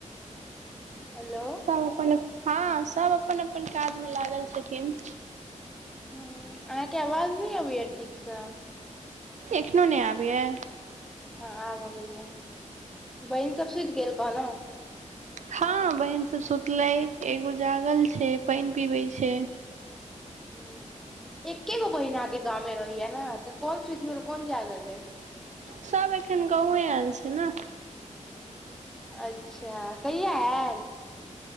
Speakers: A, in the centre; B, on the right (about 65°).
A: हेलो
B: सब अपन हां, सब अपन अपन काजमे लागल छथिन।
A: हुं, अहांके आवाज नहि अबैये ठीकसे।
B: एखनो नै आबैये?
A: हां आब अबैये। बहिन सब सुति गेल कहलहुं।
B: हां, बहिन सब सुतलै, एगो जागल छै पानि पीबै छै।
A: हुं, एके गो बहिन अहांके गाँवमे रहैय ने, त कोन सुतलै कोन जागल अइ?
B: सब अखैन गाँवे आयल छै ने।
A: अच्छा, कहिया आयल?